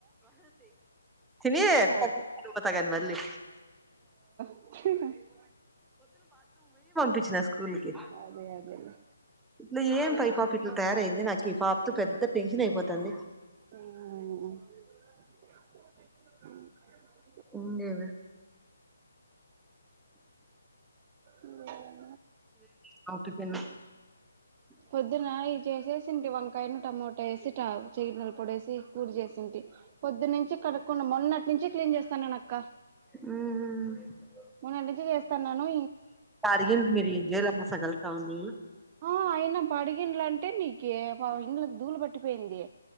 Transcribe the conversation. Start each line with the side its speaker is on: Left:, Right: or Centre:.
Centre: చిన్ని
Right: అదే
Centre: కక్కు వ త్త కాని మళ్ళీ
Right: సై
Centre: బిజినస్ స్కూల్కి
Right: అదే అదేలే
Centre: ఇల ఏం పై పాప ఇట్ల తయారయింది ఎ నాకు ఈ పాప తో పెద్ద టెన్షన్ అయిపోతుంది
Right: ఆ
Centre: ఉనులేవే
Right: ఉ
Centre: <unintelligible>
Right: పొద్దున ఇది చేసేసింటి వంకాయను టమోటా వేసి టా చెనల పొడి వేసి కూడి చేసింటి, పొద్దునుంచి కడక్కుండా మొన్నటి నుంచి క్లీన్ చేస్తానునక్క
Centre: ఆ
Right: మొన్నడ్నించి చేస్తాన్నాను
Centre: అడిగింది మీరు ఏం చేయాలమ్మా సగల టౌన్లో
Right: ఆ అయినాప అడిగినల పెట్టే నీకి <unintelligible> దూలు పట్టిపోయింది